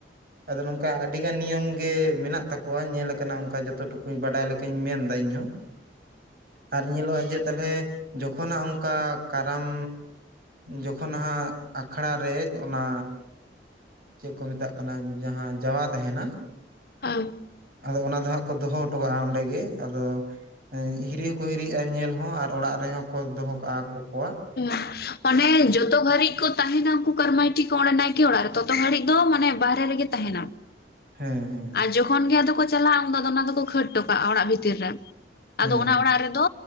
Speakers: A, on the right; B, on the left.
A: ᱟᱫᱚ ᱱᱚᱝᱠᱟ ᱟᱹᱰᱤ ᱜᱟᱱ ᱱᱤᱭᱚᱢ ᱜᱮ ᱢᱮᱱᱟᱜ ᱛᱟᱠᱚᱣᱟ ᱧᱮᱞ ᱟᱠᱟᱱᱟ ᱚᱝᱠᱟ ᱡᱚᱛᱚ ᱴᱩᱠᱩ᱾ ᱠᱩᱡ ᱵᱟᱰᱟᱭ ᱞᱮᱠᱟᱧ ᱢᱮᱱᱫᱟ ᱤᱧᱦᱚᱸ ᱟᱨ ᱧᱮᱞᱚᱜ-ᱟ ᱡᱮ ᱛᱟᱞᱦᱮ ᱡᱚᱠᱷᱚᱱ ᱦᱟᱸᱜ ᱚᱝᱠᱟ ᱠᱟᱨᱟᱢ ᱡᱚᱠᱷᱚᱱ ᱦᱟᱸᱜ ᱠᱷᱟᱲᱟ ᱨᱮ ᱚᱱᱟ ᱪᱮᱫ ᱠᱚ ᱢᱮᱛᱟᱜ ᱠᱟᱱᱟ ᱡᱟᱦᱟᱸ ᱡᱟᱣᱟ ᱛᱟᱦᱮᱱᱟ
B: <unintelligible>
A: ᱟᱫᱚ ᱚᱱᱟ ᱫᱚ ᱦᱟᱸᱜ ᱠᱚ ᱫᱚᱦᱚ ᱦᱚᱴᱚ ᱠᱟᱜᱟ ᱚᱸᱰᱮ ᱜᱮ ᱟᱫᱚ ᱦᱤᱨᱤ ᱦᱚᱸᱠᱚ ᱦᱤᱨᱤᱜ-ᱟ ᱧᱮᱞ ᱦᱚᱸ ᱟᱨ ᱚᱲᱟᱜ ᱨᱮᱦᱚᱸ ᱠᱚ ᱫᱚᱦᱚ ᱠᱟᱜᱟ ᱟᱠᱚ ᱠᱚᱣᱟᱜ᱾
B: ᱦᱩᱸ ᱢᱟᱱᱮ‌ ᱡᱚᱛᱚ ᱜᱦᱟᱹᱨᱤᱡ ᱠᱚ ᱛᱟᱦᱮᱱᱟ ᱩᱝᱠᱩ ᱠᱟᱨᱢᱟᱹᱭᱴᱤ, ᱠᱚ ᱚᱸᱰᱮ ᱱᱟᱭᱠᱮ ᱚᱲᱟᱜ ᱨᱮ ᱛᱚᱛᱚ ᱜᱷᱟᱹᱲᱤᱡ ᱫᱚ ᱢᱟᱱᱮ ᱵᱟᱨᱦᱮ ᱨᱮᱜᱮ ᱛᱟᱦᱮᱱ-ᱟ᱾
A: ᱦᱮᱸ ᱦᱮᱸ᱾
B: ᱟᱨ ᱡᱚᱠᱷᱚᱱ ᱜᱮ ᱟᱫᱚ ᱠᱚ ᱪᱟᱞᱟᱜᱼᱟ ᱩᱱᱫᱚ ᱟᱫᱚ ᱚᱱᱟ ᱫᱚᱠᱚ ᱠᱷᱴ ᱦᱚᱴᱚ ᱠᱟᱜᱼᱟ ᱚᱲᱟᱜ ᱵᱷᱤᱛᱤᱨ ᱨᱮ
A: ᱦᱮᱸ
B: ᱟᱫᱚ ᱚᱱᱟ ᱚᱲᱟᱜ ᱨᱮᱫᱚ